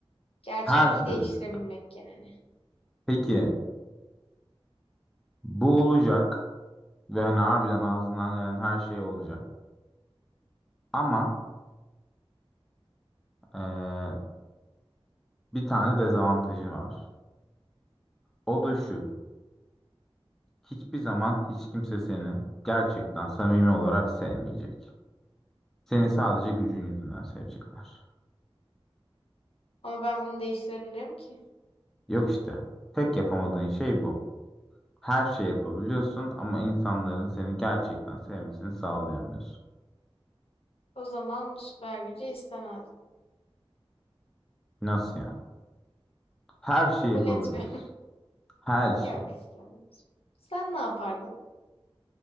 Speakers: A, on the left; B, in the centre.
A: Gerçekliği
B: her sözcük.
A: değiştirebilmek yani.
B: Peki bu olacak ve hani harbiden ağzından gelen her şey olacak. Ama eee, bir tane dezavantajı var. O da şu. Hiçbir zaman hiç kimse seni gerçekten samimi olarak sevmeyecek. Seni sadece gücün yüzünden sevecekler.
A: Ama ben bunu değiştirebilirim ki.
B: Yok işte. Tek yapamadığın şey bu. Her şey yapabiliyorsun ama insanların seni gerçekten sevmesini sağlayamıyorsun.
A: O zaman bu süper gücü istemez.
B: Nasıl yani? Her şeyi
A: Kabul
B: yapabiliyorsun.
A: etmiyorum.
B: Her
A: <laughs>
B: şey.
A: Yok istemem. Sen ne yapardın?